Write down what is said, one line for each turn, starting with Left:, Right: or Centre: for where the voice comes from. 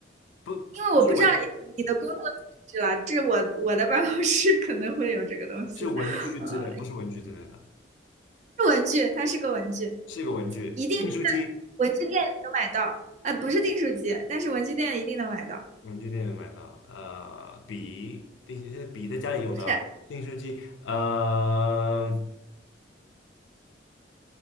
Left: 不不是文
Right: 因为我不知道你你的工作性质了，这是我我的办公室可能会有这个东西，
Left: 是文具之类，
Right: 呃，
Left: 不是文具之类的，
Right: 是文具，它是个文具，
Left: 是个文具，
Right: 一定是
Left: 订书机。
Right: 文具店能买到，呃，不是订书机，但是文具店一定能买到，
Left: 文具店买到，呃，笔，定笔在家里用的，
Right: 不是，
Left: 订书机，呃，